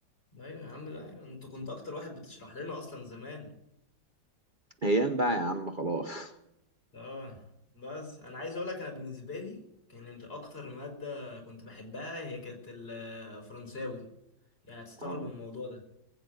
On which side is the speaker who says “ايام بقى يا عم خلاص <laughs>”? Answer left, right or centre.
Right